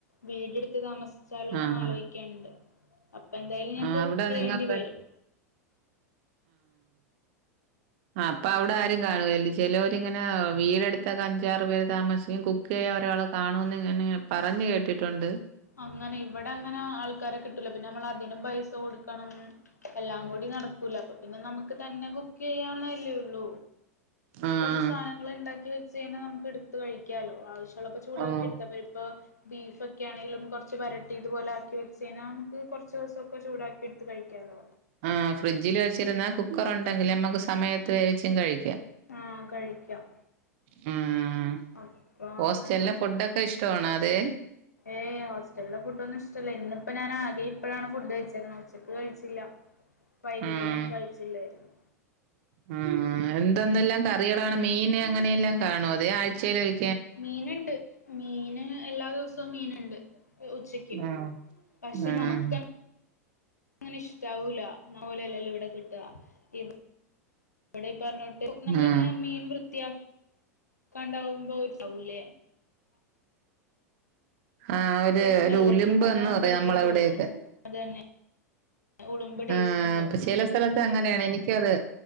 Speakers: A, on the left; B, on the right.
A: വീടെട്ത്ത് താമ ച്ചാലോന്ന്
B: ആഹ്
A: ആലോചിക്കണ്ട് അപ്പൊ എന്തായാലും ഞങ്ങക്ക്
B: ആഹ് അവിടെ
A: കുക്ക് ചെയ്യേണ്ടി
B: നിങ്ങൾക്ക്
A: വരും
B: ആ അപ്പൊ അവിടെ ആരും കാണുവല്ല് ചേലോരിങ്ങനെ ആഹ് വീടെടുത്തൊക്കെ അഞ്ചാറ് പേര് താമസിക്കയും കുക്ക് ചെയ്യാ ഒരാള് കാണുവന്ന് ഇങ്ങനെ പറഞ്ഞു കേട്ടിട്ടുണ്ട്
A: അങ്ങനെ ഇവിടെ അങ്ങനെ ആൾക്കാരെ കി ട്ടൂല്ല പിന്നെ നമ്മളതിനും പൈസ കൊടുക്കണം എല്ലാം കൂടി നടക്കൂല അപ്പ പിന്നെ നമുക്ക് തന്നെ കുക്ക് ചെയ്യാവുന്നല്ലേയുള്ളൂ
B: ആഹ്
A: കൊറച്ച് സാധനങ്ങള് ഇണ്ടാക്കി വച്ച് കയിഞ്ഞാ നമുക്ക് എടുത്ത് കഴിക്കാലോ ആവശ്യമുള്ളപ്പോ ചൂടാക്കി
B: ഓഹ്
A: എടുത്താ പോരെ ഇപ്പോ ബീഫൊക്കെയാ ന്നേലും കൊറച്ച് വരട്ടി ഇതുപോലെ ആക്കി വെച്ച് കഴിഞ്ഞാ നമുക്ക് കൊറച്ച് ദിവസൊക്കെ ചൂടാക്കി എടുത്ത് കഴിക്കാലോ
B: ആ ഫ്രിഡ്ജിൽ വെച്ചിരുന്നാ കുക്കറൊണ്ടെങ്കിൽ നമ്മുക്ക് സമയത്ത് വേവിച്ചും കഴി
A: ആഹ്‌ കഴിക്കാം
B: ഉം
A: അപ്പൊ
B: ഹോസ്റ്റലിലെ
A: അങ്ങനെ
B: ഫുഡൊക്കെ ഇഷ്ടമാണോ അതെ
A: ഏയ് ഹോസ്റ്റലെ ഫുഡോന്നും ഇഷ്ടല്ല ഇന്നിപ്പ ഞാനാകെ എപ്പോഴാണ് ഫുഡ് കഴിച്ചേക്കുന്നത് ഉച്ചക്ക് കഴിച്ചില്ല വൈകിട്ടും
B: ഉം
A: കഴിച്ചില്ലായിരുന്നു
B: ഉം എന്തെന്നെല്ലാം കറികളാണ് മീന് അങ്ങനെല്ലാം കാണുവോ അതെയോ ആഴ്ചയിലൊരി
A: മീനുണ്ട് മീന് എല്ലാ ദിവസ സോം മീന്ണ്ട് ഏഹ് ഉച്ചക്ക്
B: ഉം
A: പക്ഷെ
B: ഉം
A: നമുക്ക അങ്ങനെ ഇഷ്ടാവൂലാ <unintelligible> ഓലല്ലല്ലോ ഇവിടെ കിട്ടാ ഇവിടെ ഈ പറഞ്ഞ നമ്മള
B: ഉം
A: ഇങ്ങനെ മീൻ വൃത്തിയാ കണ്ടാവുമ്പോ ഒരു സകല
B: ആ ഒരു
A: സ്മെല്ലൊക്കെ
B: ഒരു ഉലിമ്പ്
A: ഉണ്ടാവും
B: എന്ന്
A: അപ്പൊ നമുക്ക്
B: പറയും
A: എടുത്തെന്ന്
B: നമ്മളവിടേക്ക്
A: തോന്നൂല അത് തന്നെ ഉളുമ്പ് ടേസ്റ്റ്
B: ആഹ
A: ഉണ്ടാവും
B: അപ്പൊ ചില സ്ഥലത്ത് അങ്ങനെയാണ് എനിക്കും അത്